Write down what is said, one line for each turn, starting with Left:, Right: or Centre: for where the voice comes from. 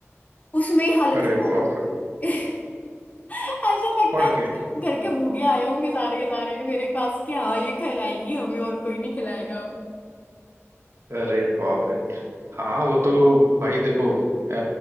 Left: उसमें ही हालत
Right: अरे
Left: खराब
Right: बाप रे
Left: <laughs> ऐसा लगता
Right: पढ़
Left: है
Right: के
Left: जैसे घर के भूखे आए होंगे सारे के सारे मेरे पास कि हाँ ये खिलाएगी हमें और कोई नहीं खिलाएगा अब
Right: अरे बाप रे हाँ वो तो भाई देखो आ,